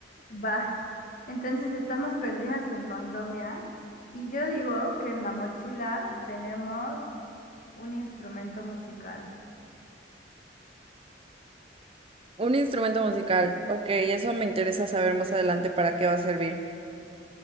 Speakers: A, on the left; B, on the right.
A: Va, entonces estamos perdidas en randomia y yo digo que en la mochila tenemos un instrumento musical.
B: Un instrumento musical. Ok, eso me interesa saber más adelante para qué va a servir.